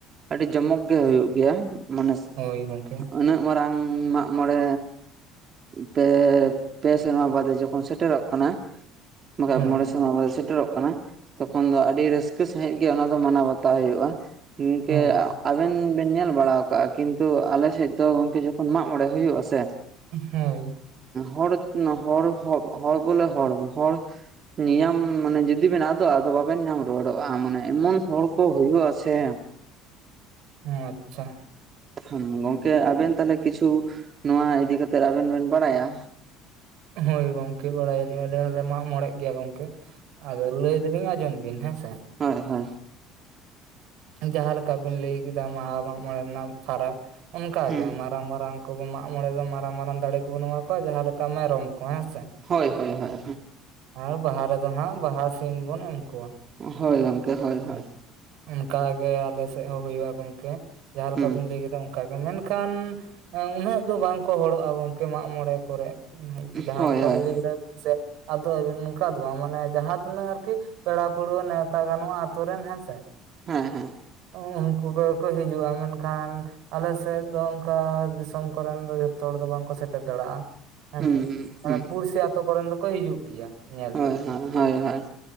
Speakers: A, on the right (about 40°); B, on the right (about 70°).
A: ᱟᱹᱰᱤ ᱡᱚᱢᱚᱠ ᱜᱮ ᱦᱩᱭᱳᱜ ᱜᱮᱭᱟ, ᱢᱟᱱᱮ
B: ᱦᱳᱭ ᱜᱚᱝᱠᱮ
A: ᱩᱱᱟᱹᱜ ᱢᱟᱨᱟᱝ ᱢᱟᱜ ᱢᱚᱬᱮ ᱛᱮ ᱯᱮ ᱥᱮᱨᱢᱟ ᱵᱟᱫᱮ ᱡᱚᱠᱷᱚᱱ ᱥᱮᱴᱮᱨᱚᱜ ᱠᱟᱱᱟ ᱵᱟᱠᱷᱟᱡ
B: ᱦᱳᱭ
A: ᱢᱚᱬᱮ ᱱᱚᱣᱟ ᱠᱚᱫᱚ ᱥᱮᱴᱮᱨᱚᱜ ᱠᱟᱱᱟ ᱛᱚᱠᱷᱚᱱ ᱫᱚ ᱟᱹᱰᱤ ᱨᱟᱹᱥᱠᱟᱹ ᱥᱟᱹᱦᱤᱡ ᱜᱮ ᱚᱱᱟ ᱫᱚ ᱢᱟᱱᱟᱣ ᱵᱟᱛᱟᱣ ᱦᱩᱭᱩᱜ-ᱟ᱾ ᱦᱩᱝ ᱠᱮ
B: ᱦᱳᱭ
A: ᱟ ᱟᱵᱮᱱ ᱵᱮᱱ ᱧᱮᱞ ᱵᱟᱲᱟᱶ ᱠᱟᱜ-ᱟ ᱠᱤᱱᱛᱩ ᱟᱞᱮ ᱥᱮᱡ ᱫᱚ ᱜᱚᱝᱠᱮ ᱡᱚᱠᱷᱚᱱ ᱢᱟᱜ ᱢᱚᱬᱮ ᱦᱩᱭᱩᱜ ᱟᱥᱮ,
B: ᱦᱳᱭ
A: ᱦᱩᱸ ᱦᱚᱲ ᱦᱚᱲ ᱦᱚᱜ ᱦᱚᱲ ᱵᱚᱞᱮ ᱦᱚᱲ ᱦᱚᱲ ᱱᱤᱭᱟᱹᱢ ᱢᱟᱱᱮ ᱡᱩᱫᱤ ᱵᱮᱱ ᱟᱫᱚᱜ-ᱟ ᱟᱫᱚ ᱵᱟᱵᱮᱱ ᱧᱟᱢ ᱨᱩᱣᱟᱹᱲᱚᱜ-ᱟ ᱢᱟᱱᱮ ᱮᱢᱚᱱ ᱦᱚᱲ ᱠᱚ ᱦᱩᱭᱩᱜ-ᱟ ᱥᱮ
B: ᱟᱪᱪᱷᱟ
A: ᱦᱮᱸ ᱜᱚᱝᱠᱮ ᱟᱵᱮᱱ ᱛᱟᱦᱞᱮ ᱠᱤᱪᱷᱩ ᱱᱚᱣᱟ ᱤᱫᱤ ᱠᱟᱛᱮᱜ ᱟᱵᱮᱱ ᱵᱮᱱ ᱵᱟᱲᱟᱭᱟ
B: ᱦᱚᱭ ᱜᱚᱝᱠᱮ ᱵᱟᱲᱟᱭᱟᱞᱤᱧ ᱟᱞᱮ ᱦᱚᱞᱮ ᱢᱟᱜ ᱢᱚᱬᱮ ᱜᱮᱭᱟ ᱜᱚᱝ ᱠᱮ ᱟᱫᱚ ᱞᱟᱹᱭ ᱫᱚᱞᱤᱧ ᱟᱸᱡᱚᱢ ᱵᱤᱱ ᱦᱮᱸ ᱥᱮ
A: ᱦᱚᱭ ᱦᱚᱭ
B: ᱡᱟᱦᱟᱸ ᱞᱮᱠᱟ ᱵᱤᱱ ᱞᱟᱹᱭ ᱠᱮᱫᱟ ᱢᱟᱜ ᱢᱚᱬᱮ ᱨᱮᱱᱟᱜ ᱯᱷᱟᱨᱟᱠ ᱚᱱᱠᱟᱜᱮ
A: ᱦᱩᱸ
B: ᱢᱟᱨᱟᱝ ᱢᱟᱨᱟᱝ ᱠᱚᱵᱚ ᱢᱟᱜ ᱢᱚᱬᱮ ᱫᱚ ᱢᱟᱨᱟᱝ ᱢᱟᱨᱟᱝ ᱫᱟᱲᱮ ᱠᱚᱵᱚᱱ ᱮᱢᱟ ᱠᱚᱣᱟ ᱡᱟᱦᱟᱸᱮ ᱞᱮᱠᱟ ᱢᱮᱨᱚᱢ ᱠᱚ ᱦᱮᱸ ᱥᱮ
A: ᱦᱳᱭ ᱦᱳᱭ ᱦᱳᱭ
B: ᱟᱨ ᱵᱟᱦᱟ ᱨᱮᱫᱚ ᱦᱟᱸᱜ ᱵᱟᱦᱟ ᱥᱤᱢ ᱵᱚᱱ ᱮᱢ ᱠᱚᱣᱟ᱾
A: ᱦᱚᱭ ᱜᱚᱝᱠᱮ ᱦᱚᱭ
B: ᱦᱮᱸ
A: ᱦᱚᱭ
B: ᱚᱱᱠᱟᱜᱮ ᱟᱞᱮ ᱥᱮᱫ ᱦᱚᱸ ᱦᱩᱭᱩᱜ-ᱟ ᱜᱚᱝᱠᱮ ᱡᱟᱦᱟᱸᱞᱮᱠᱟ
A: ᱦᱩᱸ
B: ᱵᱤᱱ ᱞᱟᱹᱭ ᱠᱮᱫᱟ ᱚᱱᱠᱟᱜᱮ ᱢᱮᱱᱠᱷᱟᱱ ᱩᱱᱟᱹᱜ ᱫᱚ ᱵᱟᱝᱠᱚ ᱦᱚᱲᱚᱜ-ᱟ ᱜᱚᱝᱠᱮ ᱢᱟᱜ ᱢᱚᱬᱮ ᱠᱚᱨᱮ ᱡᱟᱦᱟᱸ
A: ᱦᱳᱭ
B: ᱞᱮᱠᱟ
A: ᱦᱳᱭ
B: ᱵᱤᱱ ᱞᱟᱹᱭ ᱠᱮᱫᱟ ᱥᱮ ᱟᱫᱚ ᱱᱚᱝᱠᱟ ᱫᱚ ᱵᱟᱝ ᱢᱟᱱᱮ ᱡᱟᱦᱟᱸ ᱛᱤᱱᱟᱹᱜ ᱟᱨᱠᱤ ᱯᱮᱲᱟ ᱯᱟᱹᱲᱦᱟᱹ ᱱᱮᱣᱛᱟ ᱜᱟᱱᱚᱜ-ᱟ ᱛᱩᱨᱮᱱ ᱦᱮᱸ ᱥᱮ
A: ᱦᱮᱸ ᱦᱮᱸ
B: ᱩᱱᱠᱩ ᱠᱚᱜᱮ ᱠᱚ ᱦᱤᱡᱩᱜ-ᱟ ᱢᱮᱱᱠᱷᱟᱱ ᱟᱞᱮ ᱥᱮᱫ ᱫᱚ ᱚᱱᱠᱟ ᱫᱤᱥᱚᱢ ᱠᱚᱨᱮᱱ ᱫᱚ ᱡᱚᱛ ᱛᱚ ᱦᱚᱲ ᱫᱚ ᱵᱟᱝᱠᱚ ᱥᱮᱴᱮᱨ ᱫᱟᱲᱮᱭᱟᱜ-ᱟ ᱦᱮᱸᱥᱮ
A: ᱦᱩᱸ ᱦᱩᱸ
B: ᱯᱩᱲᱥᱤ ᱟᱛᱚ ᱠᱚᱨᱮᱱ ᱫᱚᱠᱚ ᱦᱤᱡᱩᱜ ᱜᱮᱭᱟ᱾ ᱧᱮᱞ
A: ᱦᱚᱭ
B: ᱫᱚ
A: ᱦᱚᱭ ᱦᱚᱭ ᱦᱚᱭ